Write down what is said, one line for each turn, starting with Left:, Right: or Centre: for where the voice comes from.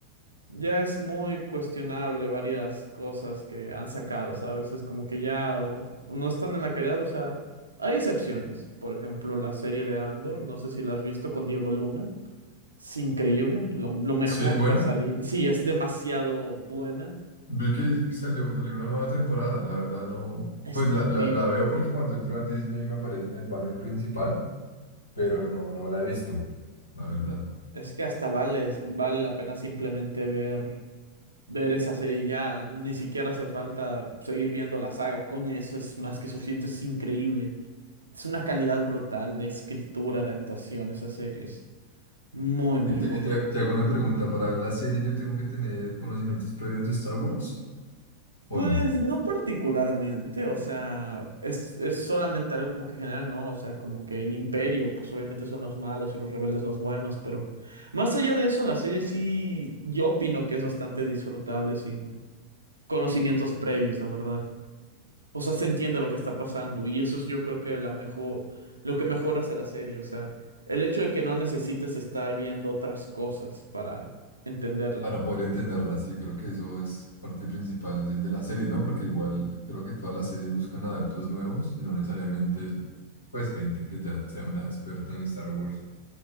Right: ya es muy cuestionable varias cosas que han sacado, ¿sabes? Es como que ya o no están en la calidad. O sea, hay excepciones. Por ejemplo, la serie de Andor, no sé si la has visto con Diego Luna. Es increíble, lo, lo mejor
Left: Sí, es buena.
Right: que ha salido. Sí, es demasiado buena.
Left: Vi que salió, salió una nueva temporada. La verdad no.
Right: Está
Left: Pues la, la,
Right: increíble.
Left: la veo porque cuando entro a Disney me aparece en el banner principal, pero no, no la he visto, la verdad.
Right: Es que hasta vale, vale la pena simplemente ver. ver esa serie ya, ni siquiera hace falta seguir viendo la saga, con eso es más que suficiente, es increíble. Es una calidad brutal de escritura, de actuación, esas series. Muy, muy
Left: Y te,
Right: buena.
Left: y te- te hago una pregunta, ¿para ver la serie yo tengo que tener conocimientos previos de Star Wars o
Right: Pues
Left: no?
Right: no particularmente, o sea, es, es solamente algo como que general, ¿no? O sea, como que el imperio, pues obviamente son los malos y los rebeldes los buenos, pero más allá de eso, la serie sí, yo opino que es bastante disfrutable sin conocimientos previos, la verdad. O sea, se entiende lo que está pasando y eso es yo creo que la mejor, lo que mejor hace la serie, o sea, el hecho de que no necesites estar viendo otras cosas para entenderla.
Left: Para poder entenderla, sí, creo que eso es parte principal de, de las series, ¿no? Porque igual creo que todas las series buscan adeptos nuevos y no necesariamente, el- pues, gente que ya sea una experta en Star Wars,